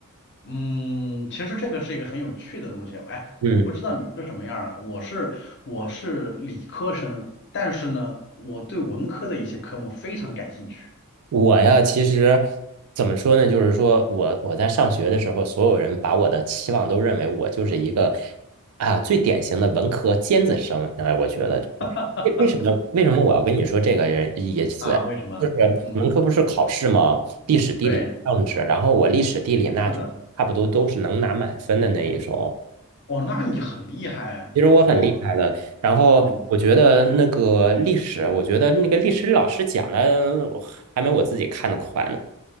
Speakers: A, on the left; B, on the right.
A: 嗯，其实这个是一个很有趣的东西。哎，
B: 嗯。
A: 我不知道你是什么样儿啊，我是我是理科生，但是呢，我对文科的一些科目非常感兴趣
B: 我呀，其实怎么说呢？就是说我我在上学的时候，所有人把我的期望都认为我就是一个啊最典型的文科尖子生。哎，我觉得
A: <laughs>
B: 为为什么为什么我要跟你说这个人意思？
A: 啊。为什么？
B: 就是文科不是考试吗？
A: 嗯，
B: 历史、地理、
A: 对，
B: 政治，然后我历史、地理那就差不多都是能拿满分的那一种。
A: 是的。哦，那你很厉害啊。
B: 其实我很厉害的，
A: 我，
B: 然后我觉得那个历史，
A: 嗯。
B: 我觉得那个历史老师讲的还没我自己看的快呢。